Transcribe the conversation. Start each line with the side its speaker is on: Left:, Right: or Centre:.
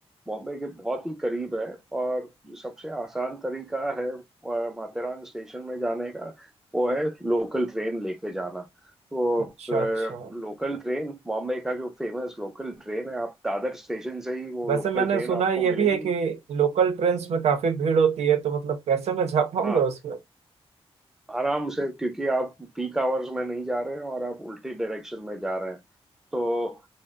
Centre: बॉम्बे के बहुत ही करीब है और जो सबसे आसान तरीका है अ, माथेरान स्टेशन में जाने का वो है लोकल ट्रेन लेके जाना तो
Right: अच्छा
Centre: अ,
Right: अच्छा
Centre: लोकल ट्रेन बॉम्बे का जो फेमस लोकल ट्रेन है आप दादर स्टेशन से ही वो
Right: वैसे
Centre: लोकल
Right: मैंने
Centre: ट्रेन
Right: सुना
Centre: आपको
Right: ये
Centre: मिलेगी
Right: भी है कि लोकल ट्रेन्स में काफी भीड़ होती है तो मतलब कैसे मैं जा पाऊंगा
Centre: हाँ
Right: उसमें
Centre: आराम से क्योंकि आप पीक आवर्स में नहीं जा रहे हैं और आप उल्टी डायरेक्शन में जा रहे हैं तो